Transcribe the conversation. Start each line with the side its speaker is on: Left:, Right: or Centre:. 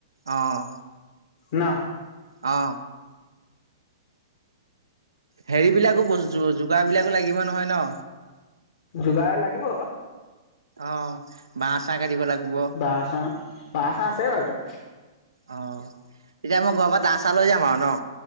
Right: অহঁ
Left: ন
Right: অ হেৰিবিলাকো বস্তু যোগাৰ বিলাকো লাগিব নহয় ন
Left: যোগাৰ লাগিব
Right: অ বা চাঅঁ দিব লাগিব
Left: বাঁহ চাহ বাঁহ চাঁহ আছে ঘৰতে
Right: অ এতিয়া মই ঘৰৰ পৰা দা চা লৈ যাম আৰু ন